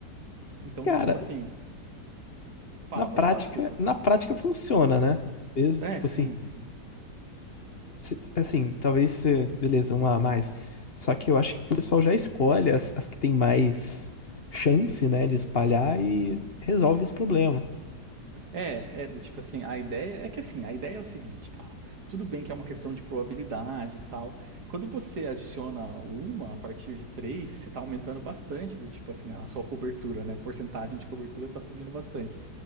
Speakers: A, on the right; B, on the left.
A: Então,
B: Cara,
A: do tipo assim, fala,
B: na prática,
A: pode falar, desculpa.
B: na prática funciona, né? Mesmo,
A: É,
B: tipo
A: sim,
B: assim,
A: sim.
B: se- Assim, talvez, se- beleza, um a mais. Só que eu acho que o pessoal já escolhe as, as que tem mais chance, né, de espalhar e resolve esse problema.
A: É, é do tipo assim, a ideia é que assim, a ideia é o seguinte, cara, tudo bem que é uma questão de probabilidade e tal. Quando você adiciona uma a partir de três, você tá aumentando bastante do tipo assim, a sua cobertura, né? Porcentagem de cobertura tá subindo bastante.